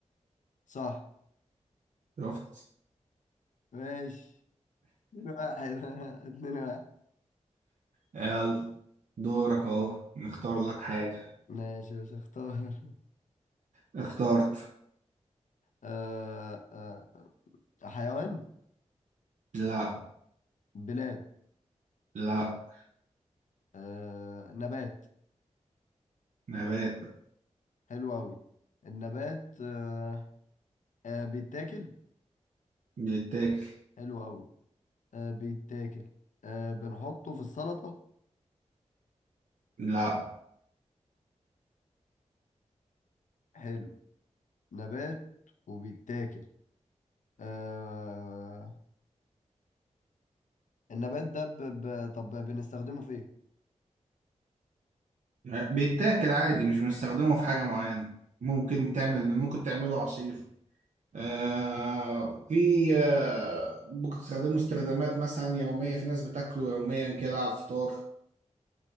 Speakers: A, on the left; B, on the right.
A: صح
B: شفت
A: ماشي اتنين واحد <laughs> اتنين واحد
B: يلا دورك اهو نختار لك حاجة
A: ماشي مش هختار <laughs>
B: اخترت
A: آه آه حيوان
B: لا
A: بلاد
B: لا
A: آه نبات
B: نبات
A: حلو أوي النبات آه آه بيتاكل
B: بيتاكل
A: حلو أوي آه بيتاكل آه بنحطه في السلطة
B: لا
A: حلو نبات وبيتاكل آه... النبات ده ب... ب... طب بنستخدمه في ايه؟
B: بيتاكل عادي مش بنستخدمه في حاجة معينة ممكن تعمل ممكن تعمله عصير آه في آه ممكن تستخدمه استخدامات مثلا يومية في ناس بتاكله يوميا كده على الفطار